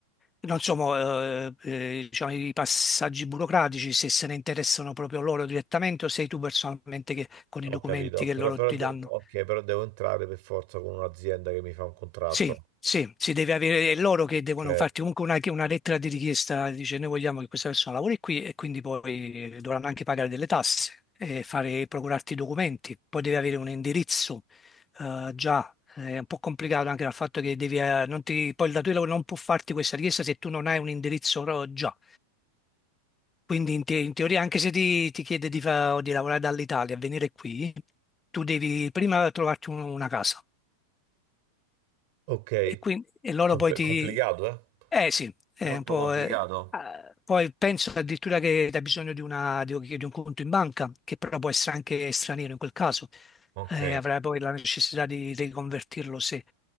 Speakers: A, on the left; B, on the right.
A: non so, mo, eh, eh, diciamo, i passaggi burocratici, se se ne interessano proprio loro direttamente o sei tu personalmente che, con i documenti
B: Ho capito,
A: che
B: però,
A: loro
B: però,
A: ti
B: de-
A: danno.
B: ok, però devo entrare per forza con un'azienda che mi fa un contratto.
A: Sì, sì, si deve avere, è loro che
B: Ok,
A: devono farti comunque una, una lettera di richiesta, dice noi vogliamo che questa persona lavori qui e quindi poi dovranno anche pagare delle tasse e fare, procurarti i documenti, poi devi avere un indirizzo eh, già, eh, è un po' complicato anche dal fatto che devi, eh, non ti, poi il datore di lavoro non può farti questa richiesta se tu non hai un indirizzo ro- già. Quindi in, te- in teoria anche se ti, ti chiede di, fa- di lavorare dall'Italia, venire qui, tu devi prima trovarti un- una casa.
B: ok,
A: E, quindi, e loro
B: Com-
A: poi ti...
B: complicato, eh?
A: Eh sì, è
B: Molto
A: un po'...
B: complicato.
A: eh, ah, poi penso addirittura che hai bisogno di, una, di, un di un conto in banca, che però può essere anche straniero in quel caso.
B: Ok.
A: Eh, avrai poi la necessità di riconvertirlo se,